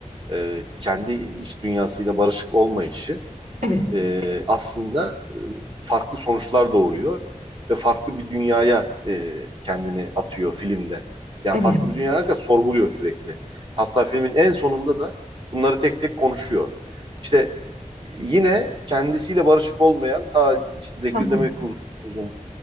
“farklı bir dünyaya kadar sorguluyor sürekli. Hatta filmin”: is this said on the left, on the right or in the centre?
Right